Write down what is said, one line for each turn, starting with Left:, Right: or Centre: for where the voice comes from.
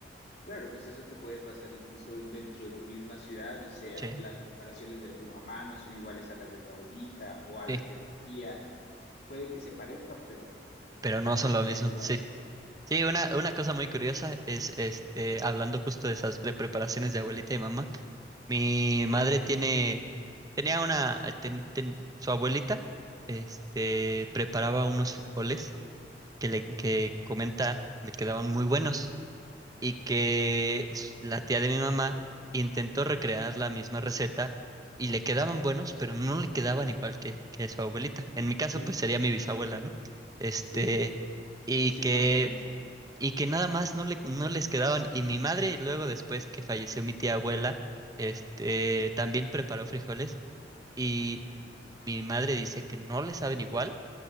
Left: claro, pues eso te puede pasar incluso dentro de tu misma ciudad, o sea,
Right: Sí.
Left: las preparaciones de tu mamá no son iguales a las de tu abuelita o a las
Right: Sí,
Left: de tu tía. Puede que se parezcan, pero pues,
Right: pero
Left: tal
Right: no son
Left: vez
Right: lo
Left: no sean
Right: mismo,
Left: iguales.
Right: sí. Sí, una, una cosa muy curiosa es, este, hablando justo de esas pre- preparaciones de abuelita y mamá, mi madre tiene, tenía una, eh, ten- ten- su abuelita, este, preparaba unos frijoles que le, que comenta, le quedaban muy buenos. y que s- la tía de mi mamá intentó recrear la misma receta y le quedaban buenos, pero no le quedaban igual que, que su abuelita. En mi caso,
Left: Sí,
Right: pues sería mi bisabuela, ¿no? Este,
Left: sí,
Right: y
Left: sí
Right: que,
Left: pasa mucho.
Right: y que nada más no le, no les quedaban. Y mi madre, luego después que falleció mi tía abuela, este, también preparó frijoles y mi madre dice que no le saben igual